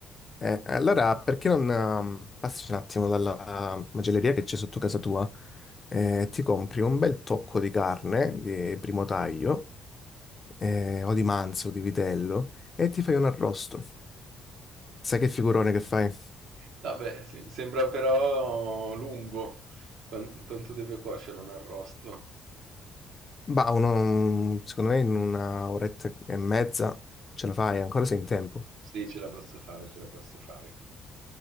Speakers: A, on the left (about 35°); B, on the right (about 65°).
A: Eh, allora, perché non ehm, passi un attimo dalla macelleria che c'è sotto casa tua e ti compri un bel tocco di carne di primo taglio eh, o di manzo, di vitello e ti fai un arrosto. Sai che figurone che fai?
B: Vabbè, sì, sembra però lungo. Quan- quanto deve cuocere un arrosto?
A: Bah, uno- mm, secondo me in una oretta e mezza ce la fai, ancora sei in tempo.
B: Sì, ce la posso fare, ce la posso fare.